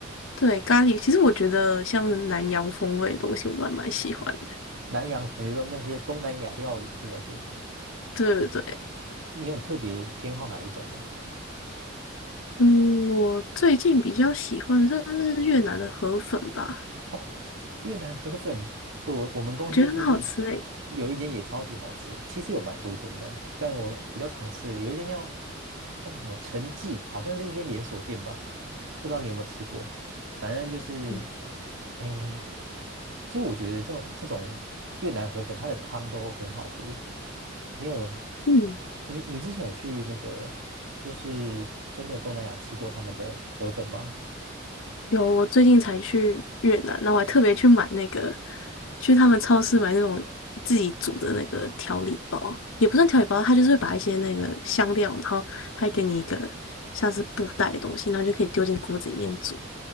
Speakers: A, on the left (about 75°); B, on the right (about 65°).
A: 对，咖喱，其实我觉得像南洋风味的东西，我都还蛮喜欢的。
B: 南洋，你说那些东南亚料理是不是？
A: 对对对，
B: 你有特别偏好哪一种吗？
A: 嗯，我最近比较喜欢算是越南的河粉吧，
B: 哦。越南河粉，我我们公司附近
A: 我觉得很好吃诶。
B: 有一间也超级好吃，其实有蛮多间的啊但我比较常吃，有一间叫叫什么陈记，好像是一间连锁店吧，不知道你有没有吃过。反正就是，
A: 嗯
B: 哎，就是我觉得这种这种越南河粉，它的汤都很好喝。你有
A: 嗯。
B: 你你之前有去那个就是真的东南亚吃过他们的河粉吗？
A: 有，我最近才去越南，那我还特别去买那个，去他们超市买那种自己煮的那个调理包，也不算调理包，它就是会把一些那个香料，然后还给你一个像是布袋的东西，然后就可以丢进锅子里面煮。